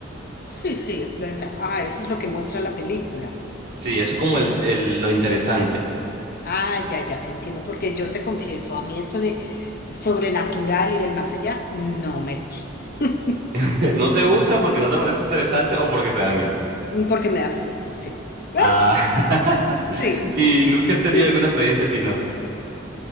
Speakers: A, on the left (about 50°); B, on the right (about 55°).
A: sí, sí, es verdad. Ah, eso es lo que muestra la película.
B: Sí, eso es como el, el- lo interesante.
A: Ah, ya, ya te entiendo, porque yo te confieso, a mí esto de sobrenatural y del más allá no me gusta. <laughs>
B: <laughs> No te gusta porque no te parece interesante o porque te da miedo.
A: No, porque me da susto, sí. <laughs>
B: Ah, <laughs>
A: Sí.
B: y
A: <laughs>
B: nunca has tenido alguna experiencia así, ¿no?